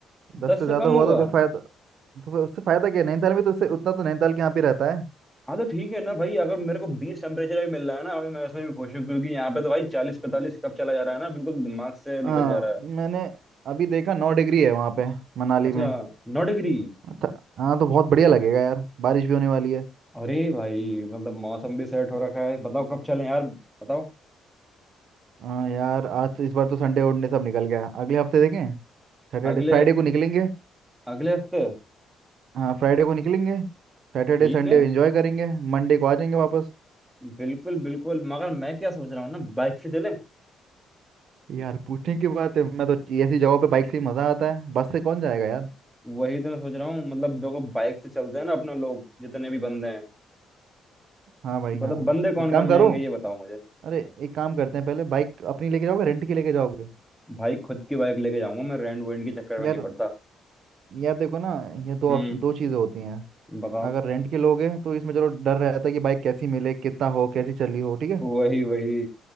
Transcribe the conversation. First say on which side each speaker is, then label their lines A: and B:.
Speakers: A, on the right (about 70°); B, in the centre.
A: दस
B: दस
A: से
B: से
A: ज़्यादा
B: कम
A: हुआ
B: होगा
A: तो फिर फायदा तो फिर उससे फ़ायदा क्या है? नैनीताल में तो उससे उतना तो नैनीताल के यहाँ पे रहता है
B: हाँ तो ठीक है ना भाई अगर मेरे को बीस टेम्परेचर भी मिल रहा है ना अभी मैं उसमें भी खुश हूँ क्योंकि यहाँ पे तो भाई चालीस पैंतालीस कब चला जा रहा है ना बिल्कुल दिमाग से निकल
A: हाँ
B: जा रहा है
A: मैंने अभी देखा नौ डिग्री है वहाँ पे मनाली
B: अच्छा
A: में
B: नौ डिग्री
A: अच्छा, हाँ तो बहुत बढ़िया लगेगा यार बारिश भी होने वाली है
B: अरे भाई मतलब मौसम भी सेट हो रखा है बताओ कब चलें यार बताओ
A: हाँ यार आज तो इस बार तो संडे उनडे सब निकल गया अगले हफ्ते देखें सैटरडे
B: अगले
A: फ्राइडे को निकलेंगे
B: अगले हफ्ते
A: हाँ फ्राइडे को निकलेंगे सैटरडे
B: ठीक
A: संडे
B: है
A: एंजॉय करेंगे मंडे को आ जाएंगे वापस
B: बिल्कुल बिल्कुल मगर मैं क्या सोच रहा हूँ ना बाइक से चले
A: यार पूछने की बात है मैं तो ऐसी जगहों पे बाइक से ही मजा आता है बस से कौन जाएगा यार
B: वही तो मैं सोच रहा हूँ मतलब देखो बाइक से चलते हैं ना अपना लोग जितने भी बंदे
A: हाँ भाई हाँ
B: मतलब बंदे कौन
A: एक काम
B: कौन
A: करो
B: जाएंगे ये बताओ मुझे
A: अरे एक काम करते हैं पहले बाइक अपनी लेके जाओगे रेंट की लेके जाओगे
B: भाई खुद की बाइक लेके जाऊंगा मैं रेंट वेंट के चक्कर में
A: यार
B: नहीं पड़ता
A: यार देखो ना ये दो
B: हम्म
A: ऑप्शन दो चीज़ें होती हैं
B: बताओ
A: अगर रेंट की लोगे तो इसमें चलो डर रहता है कि बाइक कैसी मिले कितना हो कैसी चली हो ठीक है
B: वही वही